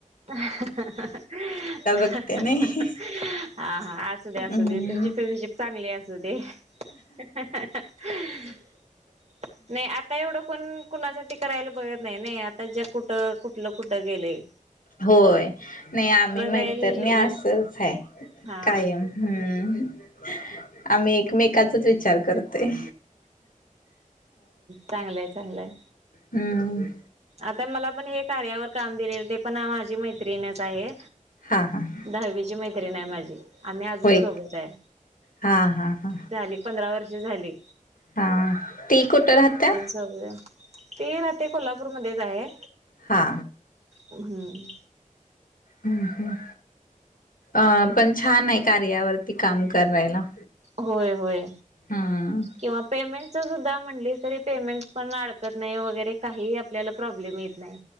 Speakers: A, on the right (about 50°); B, on the left (about 85°).
A: हा-हा -हा -अ -ह,
B: बघते
A: ह, ह,
B: नाही
A: ह हा, हा, असू दे, असू
B: हम्म
A: दे, तुमची फ्रेंडशिप चांगली असू दे. ह -ह -ह -ह <unintelligible> नाही आता, एवढं कोण कुणासाठी करायला बघत नाही, नाही आता, जग कुठं, कुठलं कुठं गेलय?
B: होय, नाही आम्ही मैतरणी
A: जाईल
B: असंच
A: हेच
B: हाय
A: हा
B: कायम हम्म, आम्ही एकमेकाचाच विचार करतोय.
A: चांगलंय चांगलंय.
B: हम्.
A: आता मला पण हे कार्यावर काम दिलेलं ते पण माझी मैत्रिणच आहे.
B: हा हा हा.
A: दहा विची मैत्रीण आहे माझी आम्ही अजून
B: होय
A: सोबत आहे.
B: हा हा हा
A: झाली पंधरा वर्षे झाली.
B: हा. ती कुठं राहत्या?
A: ती राहते कोल्हापूर मधेच आहे.
B: हा.
A: हम्म.
B: हम् हम अं पण छान आहे कार्यावरती काम करायला.
A: होय होय
B: हम्म
A: किंवा पेमेंटच सुद्धा म्हणलीस तरी पेमेंट पण अडकत पेमेंट वगैरे काही आपल्याला प्रॉब्लेम येत नाही